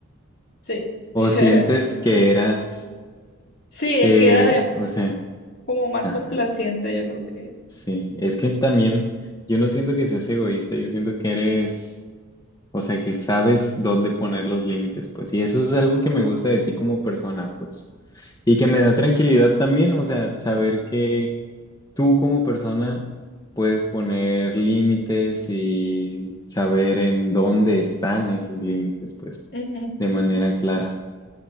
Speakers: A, on the left; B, on the left.
A: Sí.
B: ¿O
A: <laughs>
B: sientes que eras,
A: Sí, es
B: que,
A: que era de
B: o sea,
A: como más
B: ajá,
A: complaciente, yo creo que
B: sí, es que también yo no siento que seas egoísta, yo siento que eres O sea que sabes dónde poner los límites, pues. Y eso es algo que me gusta de ti como persona, pues. Y que me da tranquilidad también, o sea, saber que tú como persona puedes poner límites y saber en dónde están esos límites, pues,
A: era. Ujú.
B: de manera clara.